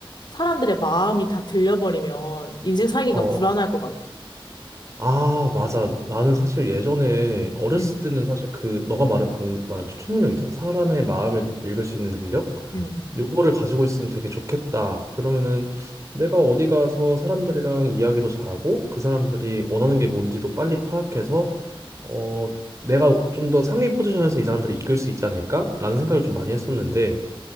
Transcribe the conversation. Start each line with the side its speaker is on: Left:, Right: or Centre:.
Left: 사람들의 마음이 다 들려버리면 인생 살기가
Right: 어,
Left: 불안할 것 같아.
Right: 아, 맞아. 나는 사실 예전에 어렸을
Left: 응,
Right: 때는 사실 그 너가 말한 방금 말한 초능력 있잖아. 사람의 마음을 읽을 수 있는 능력?
Left: 응.
Right: 요거를 가지고 있으면 되게 좋겠다. 그러면은 내가 어디 가서 사람들이랑 이야기도 잘하고 그 사람들이 원하는 게 뭔지도 빨리 파악해서 어 내가 좀 더 상위 포지션에서 이 사람들이 이끌 수 있지 않을까? 라는 생각을 좀 많이 했었는데